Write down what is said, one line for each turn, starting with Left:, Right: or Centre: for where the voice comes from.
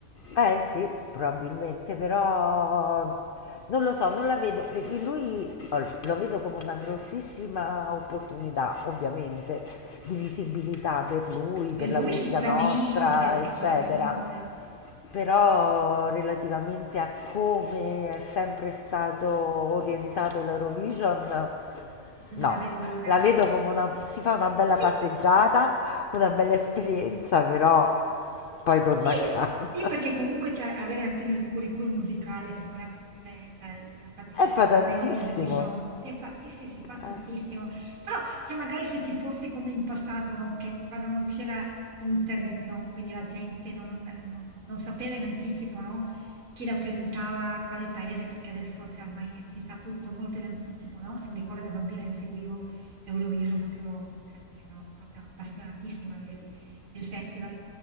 Left: Eh sì, probabilmente, però non lo so, non la vedo. e- e Lui oh, lo vedo come una grossissima opportunità, ovviamente, di visibilità per lui, per
Right: E
Left: la
Right: lui
Left: musica
Right: sicuramente,
Left: nostra, eccetera.
Right: sicuramente,
Left: Però relativamente a come è sempre stato orientato l'Eurovision, no,
Right: non la vedo d'ora.
Left: la vedo come una, si fa una bella
Right: Sì,
Left: passeggiata, una bella esperienza, però poi torna
Right: Sì,
Left: a casa.
Right: sì, perché comunque cioè, avere anche nel curriculum musicale sicuramente cioè, la partecipazione
Left: E fa tantissimo.
Right: a Eurovision, si fa, sì, sì, si fa tantissimo,
Left: Eh,
Right: però cioè, magari se ci fosse come in passato, no, che quando non c'era internet, no, quindi la gente non, non- non sapeva in anticipo, no, chi rappresentava quale paese, perché adesso cioè, ormai si sa tutto molto in anticipo, no? Io mi ricordo da bambina che seguivo Eurovision proprio, cioè, ero proprio appassionatissima del del festival.